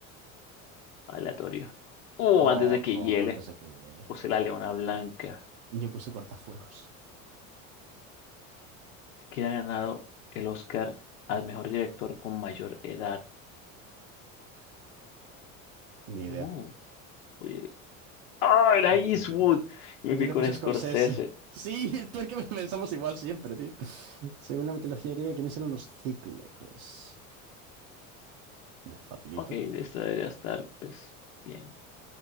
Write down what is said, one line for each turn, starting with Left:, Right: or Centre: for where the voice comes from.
Left: Aleatorio. Uh,
Right: Oh,
Left: antes de que
Right: oh,
Left: hiele,
Right: antes de que llegue.
Left: puse la Leona Blanca,
Right: Yo puse cortafuegos.
Left: que ha ganado el Oscar al mejor director con mayor edad.
Right: Ni idea.
Left: Uh, oye. ¡Ah, era
Right: Clint
Left: Eastwood!
Right: Eastwood.
Left: Y me
Right: Yo
Left: fui
Right: le
Left: con
Right: puse
Left: Scorsese.
Right: Scorsese. Sí, tú es que <laughs> pensamos igual siempre, tío. Según la mitología griega, ¿quiénes eran los cíclopes? Eh, Facilito.
Left: Ok, esta debería estar, pues, bien.